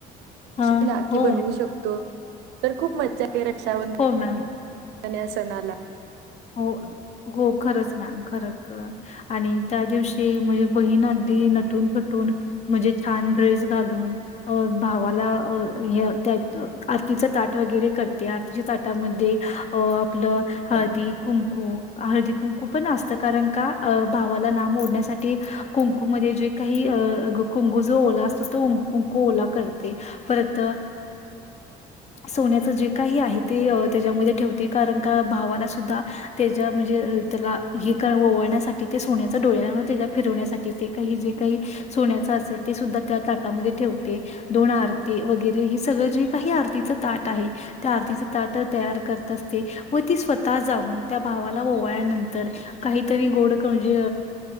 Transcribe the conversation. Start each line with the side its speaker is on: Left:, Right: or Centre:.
Left: हा
Right: ना
Left: हो
Right: बनवू शकतो, तर खूप मज्जा येते रक्षाबंधन
Left: हो, मॅम.
Right: <unintelligible> सणाला
Left: हो. हो खरच मॅम, खरंच! आणि त्या दिवशी म्हणजे बहीण अगदी नटूनथटून म्हणजे छान ड्रेस घालून भावाला अ <unintelligible> आरतीचं ताट वगैरे करते. आरतीच्या ताटामध्ये, अ आपलं हळदी कुंकू, हळदी-कुंकू पण असतं कारण का? भावाला नाम ओढण्यासाठी कुंकू जे काही कुंकू जो ओला असतो, तो कुंकू ओला करते, परत सोन्याच जे काही आहे. ते त्याच्यामध्ये ठेवते, कारण का भावाला सुद्धा त्याच्या म्हणजे, त्याला हे ओवळण्यासाठी ते सोन्याचा डोळ्या त्या फिरवण्यासाठीही हे जे काही सोन्याचा असेल, ते सुद्धा त्या ताटामध्ये ठेवते. दोन आरती वगैरे हे सगळं जे काही आरतीच ताट आहे. त्या आरतीच ताट तयार करत असते. व ती स्वतः जाऊन त्या भावाला ओवाळल्या नंतर, काहीतरी गोड म्हणजे,